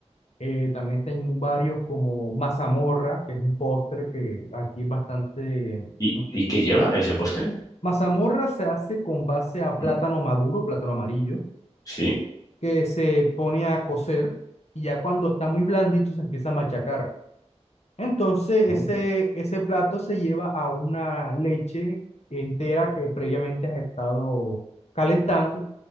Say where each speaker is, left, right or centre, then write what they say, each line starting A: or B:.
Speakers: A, on the left (about 65°); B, on the left (about 30°).
A: Eh, también está en varios como mazamorra, que es un postre que aquí es bastante...
B: ¿Y,
A: ¿no?
B: y qué lleva ese postre?
A: Mazamorra se hace con base a plátano
B: ¿Mm?
A: maduro, plátano amarillo.
B: Sí.
A: que se pone a cocer y ya cuando está muy blandito se empieza a machacar. Entonces
B: Anda.
A: ese, ese plato se lleva a una leche entera que previamente has estado calentando